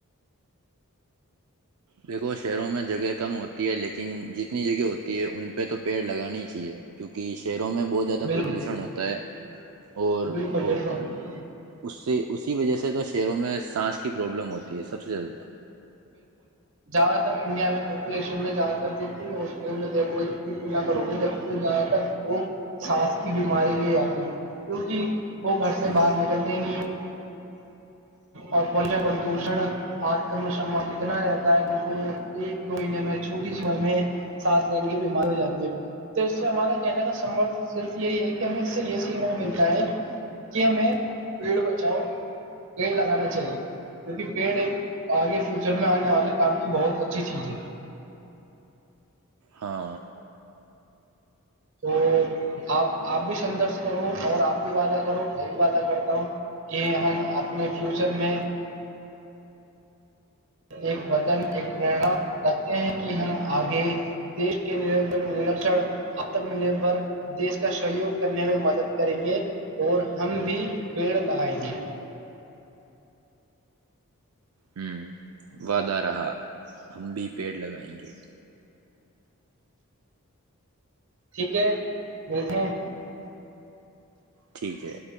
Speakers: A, on the right; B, on the right.
A: دیکھو شہروں میں جگہ کم ہوتی ہے لیکن جتنی جگہ ہوتی ہے ان پہ تو پیڑ لگانی چاہیے کیوںکہ شہروں میں بہت زیادہ
B: بالکل
A: پردوشن ہوتا ہے اور
B: بالکل
A: وہ
B: بالکل
A: اس سے اسی وجہ سے تو شہروں میں سانس کی پروابلم ہوتی ہے سب سے زیادہ
B: جادہ تر انڈیا میں ایجویشن میں جا کر جو ہ میں دیکو گے جتنی تلنا کرو گے د جا وہ سانس کی بیماری آتی کیک وہ گھر سے
A: ہوں
B: باہر نکلتے نہیں ہیں اور پردوشن اتنا رہتا ہے کہ ان کو ایک دو مہینے میں چھوٹی سی مر میں سانس لینے کی بیمار ہو جاتی ہے تو اس سے ہمارا کہنے کا سمب صرف یہی ہے ہمیں اس سے یہ سیکھنے کو ملتا ہے کہ ہمیں پیڑ بچاؤ پیڑ لگانا چاہیے کیونکہ پیڑ ایک آگے فیوچر میں آنے والے کام کی بہت اچھی چیز ہے
A: ہاں
B: تو آپ آپ بھی سدرش کرو اور آپ بھی وعدہ کرو میں بھی وعدہ کرتا ہوں کہ ہم اپنے فیوچر میں ایک وطن ایک پنا رکھتے ہیں کہ ہم آگے دیش کے نرشر آتم نربر دیش کا سہیوگ کرنے میں مدد کریں گے اور ہم بھی پیڑ لگائیں گے
A: ہوں وعدہ رہا ہم بھی پیڑ لگائیں گے
B: ٹھیک ہے ملتے ہیں
A: ٹھیک ہے